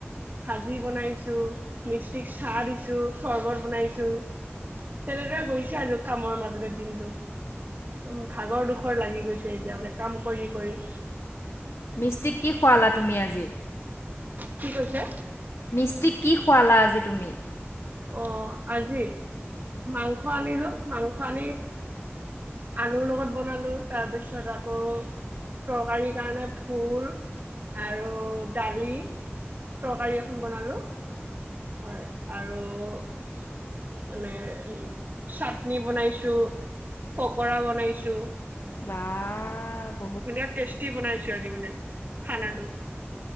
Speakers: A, on the right (about 45°); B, on the left (about 75°).
A: ভাজি বনাইছোঁ, মিস্ত্ৰীক চাহ দিছোঁ, চৰ্বত বনাইছোঁ তেনেদৰে গৈছে আৰু কামৰ মাজতে দিনটো। ত' মোৰ ভাগৰ-দোখৰ লাগি গৈছে এতিয়া মানে কাম কৰি কৰি।
B: মিস্ত্ৰীক কি খুৱালা তুমি আজি?
A: কি কৈছে
B: মিস্ত্ৰিক কি খুৱালা আজি তুমি?
A: অ', আজি, মাংস আনিলোঁ, মাংস আনি আলুৰ লগত বনালোঁ, তাৰপিছত আকৌ তৰকাৰীৰ কাৰণে ফুল আৰু দালি, তৰকাৰী এখন বনালোঁ, হয়, আৰু ত' মানে উ-চাটনি বনাইছোঁ, পকৰা বনাইছোঁ
B: বা
A: ধুনীয়া টেষ্টি বনাইছোঁ আজি মানে, খানাটো।